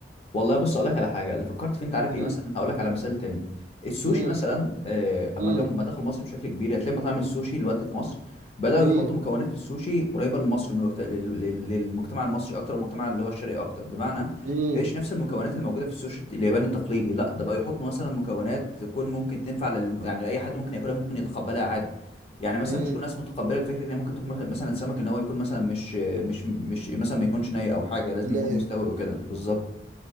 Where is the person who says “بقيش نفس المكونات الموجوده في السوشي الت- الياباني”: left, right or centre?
Left